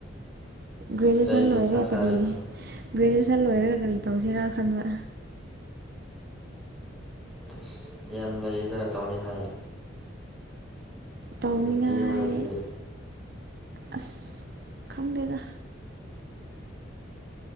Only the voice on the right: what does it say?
ꯒ꯭ꯔꯦꯖꯨꯑꯦꯁꯟ
ꯂꯣꯏꯔꯦ
ꯀꯔꯤ ꯒ꯭ꯔꯦꯖꯨꯑꯦꯁꯟ ꯂꯣꯏꯔꯒ ꯀꯔꯤ ꯇꯧꯁꯤꯔꯥ ꯈꯟꯕ
ꯇꯧꯅꯤꯡꯉꯥꯏ
ꯑꯁ ꯈꯪꯗꯦꯗ